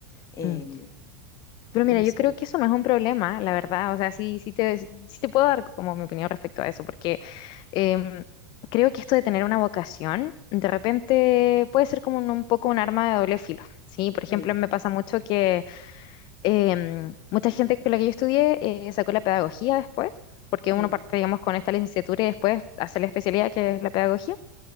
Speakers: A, on the left; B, on the left.
A: Eh,
B: Mm. Pero mira,
A: no
B: yo
A: sé.
B: creo que eso no es un problema, la verdad. O sea, sí, sí te, sí te puedo dar como mi opinión respecto a eso, porque em, creo que esto de tener una vocación, de repente puede ser como un, un poco un arma de doble filo, ¿sí? Por ejemplo,
A: Mm,
B: me pasa mucho que em, mucha gente con la que yo estudié eh, sacó la pedagogía después, porque uno
A: mm,
B: parte, digamos, con esta licenciatura y después hace la especialidad que es la pedagogía.